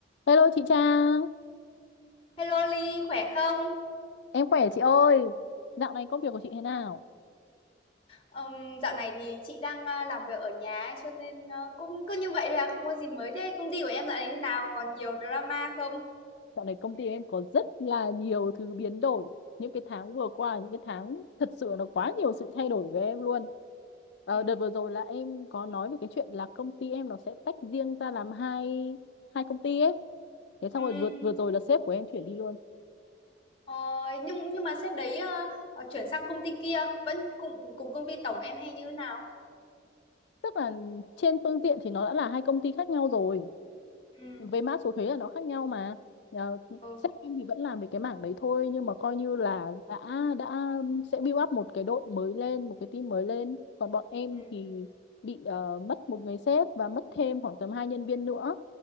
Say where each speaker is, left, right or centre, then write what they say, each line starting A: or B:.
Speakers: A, on the left (about 70°); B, on the left (about 30°).
A: Hello chị Trang,
B: Hello Ly, khỏe không?
A: em khỏe chị ơi. Dạo này công việc của chị thế nào?
B: Ừm, dạo này thì chị đang à, làm việc ở nhà ấy, cho nên à, cũng cứ như vậy thôi à, không có gì mới. Thế công ty của em dạo này thế nào? Còn nhiều drama không?
A: Dạo này công ty em có rất là nhiều thứ biến đổi. Những cái tháng vừa qua, những cái tháng thật sự nó quá nhiều sự thay đổi với em luôn. Ờ,
B: Ừ.
A: đợt vừa rồi là em có nói về cái chuyện là công ty em nó sẽ tách riêng ra làm hai hai công ty ấy. Thế xong
B: Ừm,
A: rồi vừa vừa rồi là sếp của em chuyển đi luôn.
B: ờ, nhưng nhưng mà sếp đấy à, ờ, chuyển sang công ty kia vẫn cùng cùng công ty tổng em hay như thế nào?
A: Tức là trên phương diện thì nó đã là hai công ty khác nhau rồi.
B: Ừ.
A: với mã số thuế là nó khác nhau mà Ờ,
B: Ừ.
A: sếp em thì vẫn làm về cái mảng đấy thôi nhưng mà coi như là
B: Ừ.
A: đã đã sẽ build up một cái đội mới lên một cái team mới lên còn bọn em
B: Ừ.
A: thì bị ờ, mất một người sếp và mất thêm khoảng tầm hai nhân viên nữa